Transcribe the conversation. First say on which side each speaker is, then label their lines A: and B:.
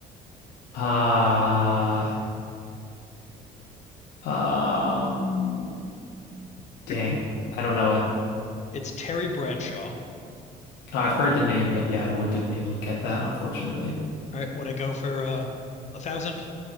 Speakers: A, on the left; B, on the left.
A: Uh um dang.
B: Hmm.
A: I don't know it.
B: It's Terry Bradshaw.
A: I've heard the name, but yeah, I wouldn't have been able to get that, unfortunately.
B: All right, when I go for uh, a thousand.